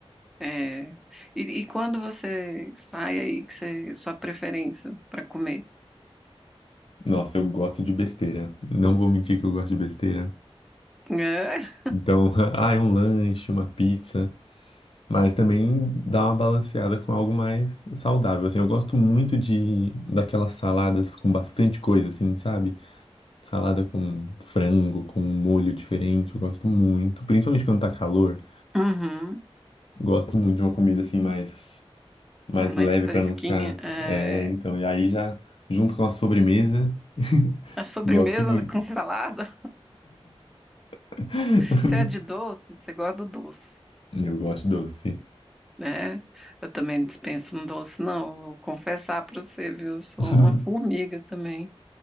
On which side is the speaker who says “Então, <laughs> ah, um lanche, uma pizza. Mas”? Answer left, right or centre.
Left